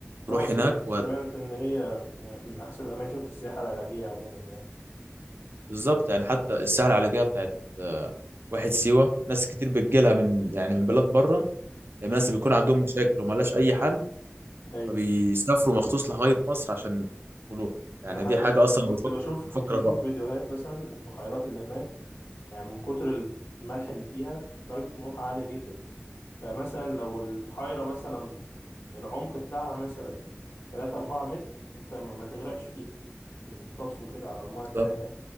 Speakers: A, on the right; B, on the left.
A: تروح
B: اه س-
A: هناك
B: سمعت
A: وهت-
B: ان هي يعني من احسن الاماكن في السياحه العلاجيه عموما يعني
A: بالظبط يعني حتى الساحه العلاجيه بتاعت آه، واحد سيوه ناس كتير بتجيلها من يعني من بلاد بره يعني
B: امم
A: ناس بيكون عندهم مشاكل وملهاش اي حل
B: ايوه
A: فبيسافروا مخصوص لغايه مصر عشان يدخلوها يعني
B: انا حتى
A: دي حاجه اصلا
B: كنت
A: أنا بفكر
B: بشوف
A: بفكر
B: كنت بشوف
A: اروح
B: فيديوهات مثلا البحيرات اللي هناك يعني من كتر الملح اللي فيها درجه الملوحه عاليه جدا فمثلا لو البحيره مثلا العمق بتاعها مثلا 3 4 متر انت ما ما تغرقش فيها بتطفو كده على الميه
A: بالظبط
B: بتاعتها